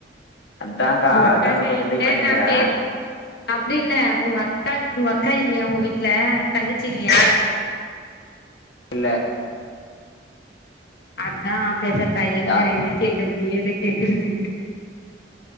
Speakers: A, on the left (about 80°); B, on the left (about 60°).
A: அதான்க்கா
B: உங்கக்காட்ட
A: அதான்க்கா கொஞ்சோ
B: என்ன
A: ட்ரை பண்ணினுக்கிறே
B: நா பேச அப்டில்ல உங்கக்கா உங்கக்கா இல்லையா உங்க வீட்ல தங்கச்சி இல்லையா
A: இல்ல
B: அததா பேசற தயங்கற
A: யா
B: என்னச்சே க்கறது ஏது கேக்குறது